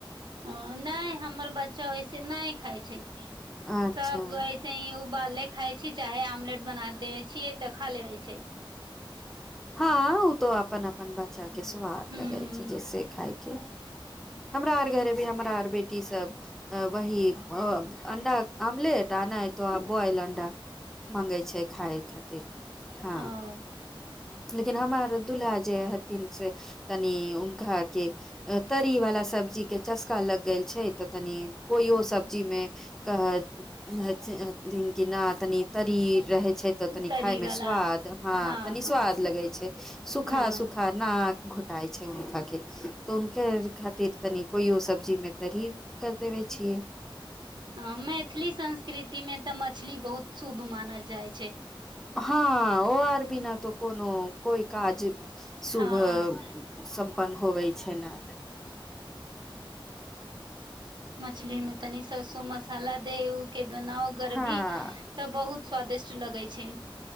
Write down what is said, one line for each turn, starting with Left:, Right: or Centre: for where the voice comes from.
Right: अ ने हमारा बच्चा वैसे नै खाइ छै
Centre: अच्छा
Right: तब ऐसे हीं उ उबालले खाइ छी चाहे आमलेट बना देब छियै त खा लेबै छै
Centre: हाँ उ तो अपन अपन बच्चा के स्वाद
Right: ह
Centre: लगै से जैसे खाइके हमरा आर घर भी हमरा आर बेटी सब वही अ -आमलेटआओर नै त बॉयल आंडा मांगै छै खाइ खातिर हँ
Right: ओ <inaudible>
Centre: लेकिन हमरा आर दूलहा आर जे हथिनी से तनि हुनका आरके तरि वाला सब्जी के चस्का लग गैल छै तनि कोईयो सब्जी मे कहैत हैत से हथिन की ना तनि तरीर रहैय छै ते तनिक
Right: तरी
Centre: खाई
Right: वाला
Centre: मे स्वाद हाँ
Right: हँ
Centre: तनि
Right: हँ
Centre: स्वाद लगै छै सूखा
Right: ह
Centre: सूखा ना - घोंटाय छै हुनका के त हुनके आर खातिर कोईयो सब्जी मे तरी कर देबे छियै
Right: आ मैथिली संस्कृती मे <unintelligible> मछली बहुत शुभ मानल जाएत छै
Centre: हाँ ओआर बिना तो कोनो कोई काज सुबह
Right: हँ
Centre: संपन्न होबै छै न
Right: मछली में तनी सरसों मसाला दे उके बनाओ गरेभी
Centre: हँ
Right: त बहुत स्वादिष्ट लगै छै